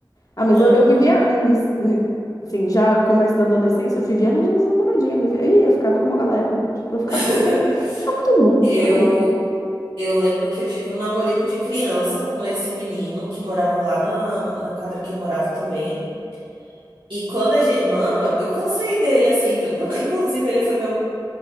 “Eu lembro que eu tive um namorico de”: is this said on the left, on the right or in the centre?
Right